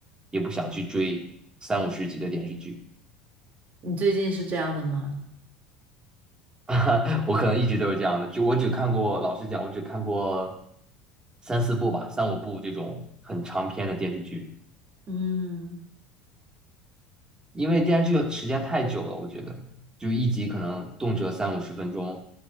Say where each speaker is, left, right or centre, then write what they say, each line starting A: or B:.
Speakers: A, on the right; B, on the right.
A: 也不想去追三五十集的电视剧。
B: 你最近是这样的吗？
A: <laughs> 我可能一直都是这样的，就我只看过，老实讲，我只看过三四部吧，三五部这种很长篇的电视剧，
B: 嗯。
A: 因为电视剧时间太久了，我觉得就一集可能动辄三五十分钟，